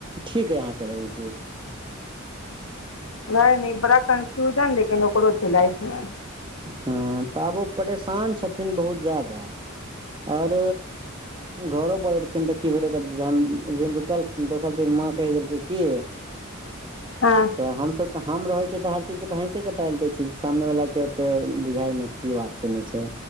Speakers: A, on the right; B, on the left.
A: ठीक अइ अहाँ कहै छी
B: वएह न बड़ा कन्फ्यूजन लेकिन ओकरो छै लाइफ मे
A: हँ तऽ आब उ परेशान छथिन बहुत जादा आर घरो पर एलखिन तऽ की भेलै तऽ जहन एक दिन रुकलखिन दोसर दिन माँ कहि देलकै की
B: हँ
A: तऽ हमसभ तऽ हम रहै छियै तऽ हर चीज के तऽ हैंसे क टाइल दै छी सामने बला के ओतेक बुझाइ नय की बात छै नय छै